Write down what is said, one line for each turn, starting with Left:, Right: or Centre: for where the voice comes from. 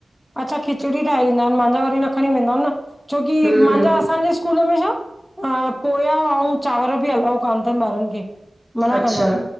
Centre: अच्छा खिचड़ी ठाहे ॾींदा आहिनि मुंहिंजा वरी न खणी वेंदा न छोकी
Right: हम्म
Centre: मुंहिंजा
Right: हम्म
Centre: असांजे स्कूल में छा? अ पोया अउ चांवर बि अलाउ कान तन ॿारन खे, मना
Right: अचछा।
Centre: कंदा आहिनि